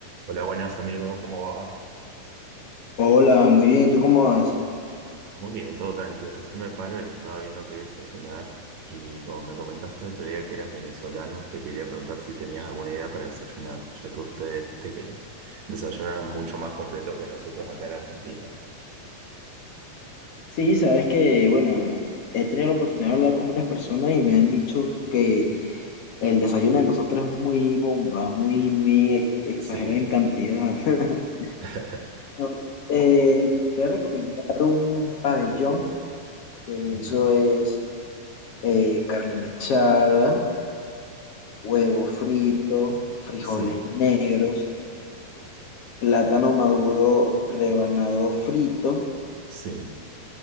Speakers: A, on the right; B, on the left.
A: Hola, buenas amigos, ¿cómo va?
B: Hola, muy bien. ¿Y tú cómo vas?
A: Muy bien, todo tranquilo. Recién me paro y estaba viendo qué desayunar. Y como me comentaste el otro día que eras venezolano, te quería preguntar si tenías alguna idea para desayunar, ya que ustedes, viste que desayunan mucho más completo que nosotros acá en Argentina.
B: Sí, sabes que, bueno, he tenido la oportunidad de hablar con varias personas y me han dicho que el desayuno de nosotros es muy bomba, muy, muy ex- exagerado
A: Sí,
B: en cantidad. <laughs>
A: <laughs>
B: No, eh, te podría recomendar un pabellón, que
A: Ujú.
B: eso es eh, carne mechada, huevo frito, frijoles
A: sí,
B: negros, plátano maduro rebanado frito,
A: sí.